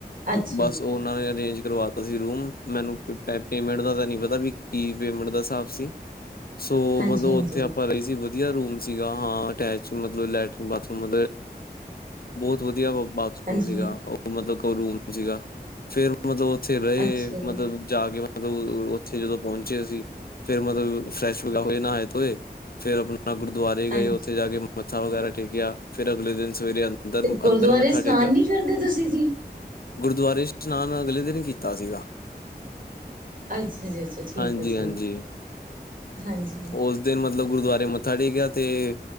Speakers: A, on the right; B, on the left.
A: ਅੱਛਾ
B: ਬਸ
A: ਜੀ
B: ਉਹ ਨੇ ਅਰੇਂਜ ਕਰਵਾਤਾ ਸੀ ਰੂਮ। ਮੈਨੂੰ ਪੇਮੈਂਟ ਦਾ ਤਾਂ ਨੀ ਪਤਾ ਵੀ ਕੀ ਪੇਮੈਂਟ ਦਾ ਹਿਸਾਬ ਸੀ। ਸੋ
A: ਹਾਂਜੀ
B: ਮਤਲਬ
A: ਹਾਂਜੀ
B: ਉੱਥੇ ਆਪਾਂ ਰਹੀ ਸੀ। ਵਧੀਆ ਰੂਮ ਸੀਗਾ ਹਾਂ ਅਟੈਚ ਮਤਲਬ ਲੈਟਰੀਨ ਬਾਥਰੂਮ ਬਹੁਤ ਵਧੀਆ ਬਾ
A: ਹਾਂਜੀ
B: ੂਮ ਸੀਗਾ ਉਹ ਮਤਲਬ ਰੂਮ ਸੀਗਾ ਫੇਰ ਮਤਲਬ ਉੱਥੇ ਰਏ
A: ਅੱਛਾ ਜੀ
B: ਮਤਲਬ ਜਾ ਕੇ ਮਤਲਬ ਉੱਥੇ ਜਦੋਂ ਪਹੁੰਚੇ ਅਸੀ। ਫੇਰ ਮਤਲਬ ਫਰੈਸ਼ ਵਗਾ ਹੋਏ ਨਹਾਏ ਤੋਂਏ ਫੇਰ ਆਪਣਾ ਨਾ ਗੁਰਦੁਆਰੇ ਗਏ
A: ਹਾਂਜੀ
B: ਓਥੇ ਜਾ ਕੇ ਮੱਥਾ ਵਗੈਰਾ ਟੇਕਿਆ ਫਿਰ ਅਗਲੇ ਦਿਨ ਸਵੇਰੇ ਅੰਦਰ,
A: ਤੇ ਗੁਰਦੁਆਰੇ
B: ਅੰਦਰ ਮੱਥਾ
A: ਇਸ਼ਨਾਨ
B: ਟੇਕਿਆ।
A: ਨਹੀਂ ਕਰਦੇ ਤੁਸੀਂ ਜੀ
B: ਗੁਰਦੁਆਰੇ ਇਸ਼ਨਾਨ ਅਗਲੇ ਦਿਨ ਕੀਤਾ ਸੀਗਾ।
A: ਅੱਛਾ ਜੀ, ਅੱਛਾ, ਠੀਕ
B: ਹਾਂਜੀ
A: ਆ, ਜੀ
B: ਹਾਂਜੀ
A: ਹਾਂਜੀ।
B: ਉਸ ਦਿਨ ਮਤਲਬ ਗੁਰਦੁਆਰੇ ਮੱਥਾ ਟੇਕਿਆ ਤੇ